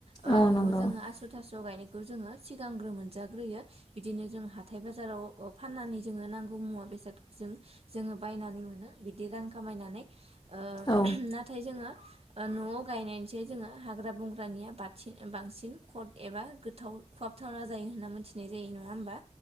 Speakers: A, on the right; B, on the left.
A: ओ
B: औ
A: न'आव
B: नंगौ
A: जोङो आसु थास' गायनाय खौ जोङो सिगांग्रो मोनजाग्रोयो बिदिनो जों हाथाय बाजाराव फाननानै जोङो नांगौ मुवा बेसादखौ जों जोङो बायनानै मोनो बिदि रां खामायनानै। ओ
B: औ
A: नाथाय जोङो ओ न'आव गायनायनिसाय जोङो हा ग्रा बंग्रानिया बाथि बांसिन कद एबा गोथाव खहाबथावना जायो होनना मोनथिनाय जायो नङा होमबा।